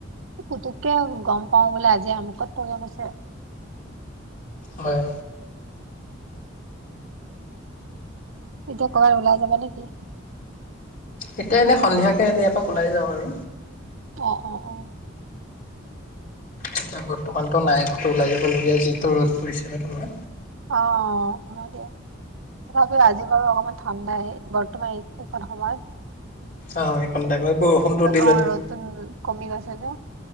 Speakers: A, on the right (about 80°); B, on the left (about 45°).
A: পুতুককে গম পাও বোলে আজি আমুকত প্ৰগ্ৰেম আছে
B: হয়
A: এতিয়া কবাত ওলাই যাব নেকি
B: এতিয়া এনেই সন্ধিয়াকে এনেই এপাক ওলাই যাওঁ আৰু
A: অ অ অ
B: এতিয়া বৰ্তমানটো নাই কত ওলাই যাবলগীয়া যিটো ৰ'দ পৰিছে ন তোমাৰ
A: অ অ দিয়া তথাপিও আজি বাৰু অকমান ঠাণ্ডাই বৰ্তমান এক সময়ত
B: আহ খন্তেকীয়া বৰষুণটো দিলেতো
A: অ ৰ'দটো উম কমি গৈছে যে